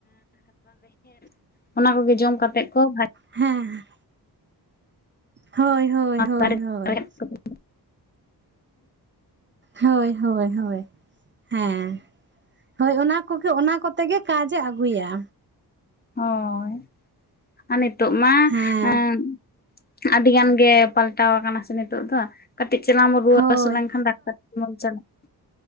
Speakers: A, on the left; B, on the right.
A: <inaudible> <inaudible> ᱚᱱᱟ ᱠᱚᱜᱮ ᱡᱚᱢ ᱠᱟᱛᱮᱜ ᱠᱚ ᱵᱷᱟ
B: ᱦᱮᱸ, ᱦᱳᱭ ᱦᱳᱭ ᱦᱳᱭ
A: ᱫᱟᱨᱮ
B: ᱦᱳᱭ᱾
A: <inaudible>
B: ᱦᱳᱭ ᱦᱳᱭ ᱦᱳᱭ, ᱦᱮᱸ᱾ ᱦᱳᱭ ᱚᱱᱟ ᱠᱚᱜᱮ ᱚᱱᱟ ᱠᱚᱛᱮ ᱜᱮ ᱠᱟᱡᱮ ᱟᱹᱜᱩᱭᱟ᱾
A: ᱦᱳᱭ, ᱟᱨ ᱱᱤᱛᱚᱜ ᱢᱟ
B: ᱦᱮᱸ
A: ᱮᱸ ᱟᱹᱰᱤ ᱜᱟᱱ ᱜᱮ ᱯᱟᱞᱴᱟᱣ ᱟᱠᱟᱱᱟ ᱥᱮ ᱱᱤᱛᱚᱜ ᱫᱚ᱾ ᱠᱟᱹᱴᱤᱡ ᱪᱟᱞᱟᱝ ᱵᱚ ᱨᱩᱣᱟᱹ
B: ᱦᱳᱭ
A: ᱦᱟᱹᱥᱩ ᱞᱮᱱᱠᱷᱟᱱ ᱰᱟᱠᱛᱟᱨ ᱴᱮᱱᱵᱚᱱ ᱪᱟᱞᱟᱜᱼᱟ᱾